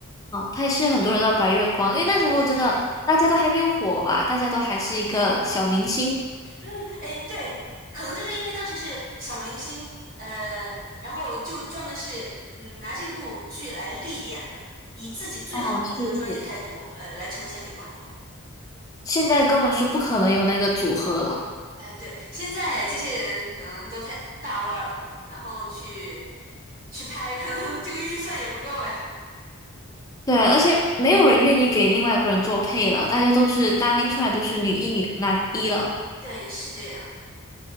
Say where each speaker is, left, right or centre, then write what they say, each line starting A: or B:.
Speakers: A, on the left; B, on the right.
A: 哦，他也是很多人的白月光，因为那时候真的大家都还没有火吧，
B: 对，是这样。
A: 大家都还是一个小明星。
B: 嗯，哎，对，可能就是因为当时是小明星，呃，然后就专门是嗯拿这部剧来历练的，以自己最好的那个专业态度，
A: 哦，是是，
B: 呃，来呈现给观众。
A: 现在根本是不可能有那个组合了。
B: 哎，对，现在这些人可能都太大腕儿了，然后去去拍，可能这个预算也不够呀。
A: 对，而且没有人愿意给另外一个人做配了，大家都是单拎出来都是女一、女男一了。
B: 对，是这样的。